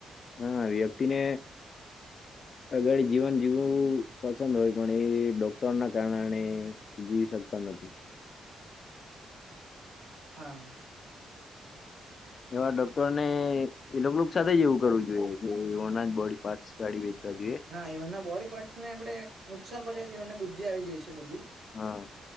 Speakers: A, on the left; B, on the right.
A: હા વ્યક્તિને- અગાળી જીવન જીવવું પસંદ હોય, પણ એ ડોક્ટર ના કારણે- જીવી શકતા નથી.
B: હા.
A: એવા ડોક્ટર ને- -એ લોકોનું સાથે જ એવું કરવું જોઈએ, કે એઓના જ બોડી પાર્ટસ કાઢી વેચવા જોઈએ.
B: હા, ઈવણના જ બોડી પાર્ટ ને આપડે નુકસાન પહોંચાડી દેવાન બુદ્ધિ આવી જાય છે. બધી-
A: હા.